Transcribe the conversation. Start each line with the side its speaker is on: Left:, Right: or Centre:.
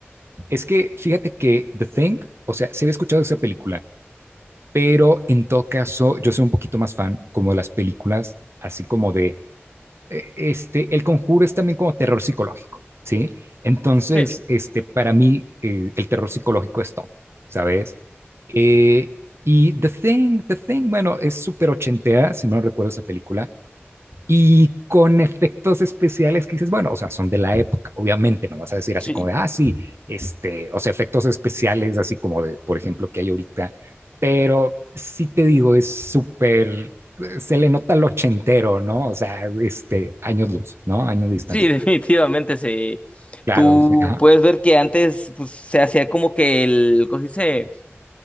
Right: Es que fíjate que The Thing, o sea, se había escuchado esa película, pero en todo caso yo soy un poquito más fan como de las películas, así como de, eh, este, El Conjuro es también como terror psicológico, ¿sí? Entonces,
Left: Sí.
Right: este, para mí eh, el terror psicológico es top, ¿sabes? Eh, y The Thing, The Thing, bueno, es súper ochentera, si no recuerdo esa película, y con efectos especiales que dices, bueno, o sea, son de la época, obviamente, no vas a decir así
Left: Sí,
Right: como de, ah, sí, este, o sea, efectos especiales así como de, por ejemplo, que hay ahorita, pero sí te digo, es súper, se le nota el ochentero, ¿no? O sea, este, años luz, ¿no? Años de distancia.
Left: sí, <laughs> definitivamente sí.
Right: Claro,
Left: Tú
Right: sí, ajá,
Left: puedes ver que antes pues, se hacía como que el, ¿cómo se dice?